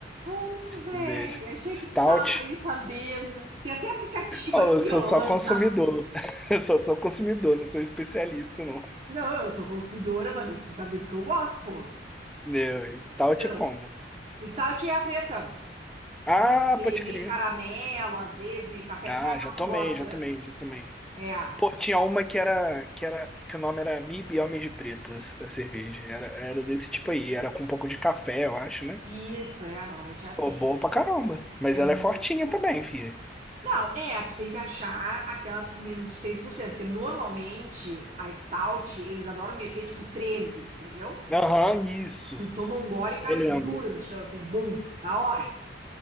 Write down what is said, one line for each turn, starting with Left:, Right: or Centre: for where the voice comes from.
Right: Pô, Véi,
Centre: Veja.
Right: achei
Centre: Stout?
Right: que tu tava aí sabendo. Tem até aplicativo
Centre: Oh,
Right: aqui,
Centre: eu sou
Right: ó.
Centre: só consumidor.
Right: Tá.
Centre: <laughs> Eu sou só sou consumidor, não sou especialista, não.
Right: Não, eu sou consumidora, mas eu preciso saber do que eu gosto, pô.
Centre: Meu, Stout
Right: Então,
Centre: é como?
Right: Stout é a preta.
Centre: Ah,
Right: Aquele que
Centre: pode
Right: é meio
Centre: crer.
Right: caramelo, às vezes, meio café.
Centre: Ah,
Right: Caramelo
Centre: já tomei,
Right: eu não gosta,
Centre: já
Right: né?
Centre: tomei, já tomei.
Right: É.
Centre: Pô, tinha uma que era, que era, que o nome era Mib Homens de Pretas, a cerveja. Era, era desse tipo aí, era com um pouco de café, eu acho, né?
Right: Isso, é, normalmente é assim.
Centre: Pô, boa pra caramba. Mas
Right: É
Centre: ela
Right: muito.
Centre: é fortinha também, filha.
Right: Não, é, tu tem que achar aquelas com menos de 6% porque normalmente a stout, eles adoram meter tipo treze entendeu?
Centre: Aham, isso.
Right: Tu toma um gole e cai
Centre: Eu lembro.
Right: dura no chão, assim, bum, na hora.